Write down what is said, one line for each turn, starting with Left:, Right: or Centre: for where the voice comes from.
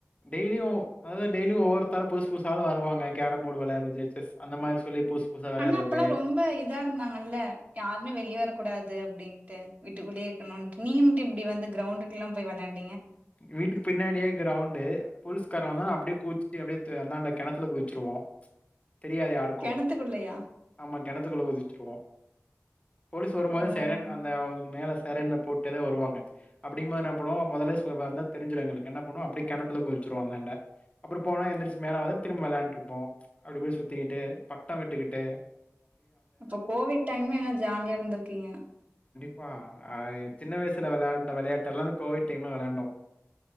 Left: டெய்லியு அதாது டெய்லியு ஒவ்வொருத்தரா புதுசு புதுசா ஆள் வருவாங்க கேரம் போர்டு வெளையாற்றது செஸ் அந்த மாரி சொல்லி புதுசு புதுசா விளையாடுறது.
Right: அண்ணா அப்பல்லா ரொம்ப இதா இருந்தாங்கல்ல, யாருமே வெளிய வரக்கூடாது அப் டின்ட்ட வீட்டுக்குள்ளயே இருக்கனுட்டு நீ மட்டு எப்டி வந்து கிரௌண்டுக்குல்லா போய் வெளையாண்
Left: வீட்டுக்கு பின்னாடியே கிரௌண்டு பொலீஸ்கார வந்தான அப்படியே <inaudible> அப்படியே து அந்தாண்ட கிணத்துல குதிச்சிருவோ தெரியாது யாருக்கு
Right: கெணத்துக்குள்ளயா
Left: நம்ம கிணத்துகுள்ள குதிச்சுருவோ போலீஸ் வரும்போதே
Right: ஓ
Left: சைரன் அந்த அ, மேலஸ் சைரன்ன போட்டேதா வருவாங்க அப்டிங்போ என்னா பண்வோ மொதல்லேஸ் ப்ப வந்தா தெரிஞ்சிடு எங்களுக்கு என்னா பண்ணுவோ அப்டே கெணத்துல குதிச்சிருவோ அந்தாண்ட, அப்ற போனா எந்திரிச்சி மேல வத திரும்ப வெளாண்ட்ருப்போ ப்ச் அப்டி போய் சுத்திகிட்டு பட்டோ விட்டுகிட்டு
Right: அப்போ கோவிட் டைம் எல்லா ஜாலியா இருந்துருக்கீங்க
Left: ப்பா, ஆ, சின்ன வயசுல வெளயாண்ட வெளையாட்டு எல்லா இந்த கோவிட் டைம் ல வெளாண்டோ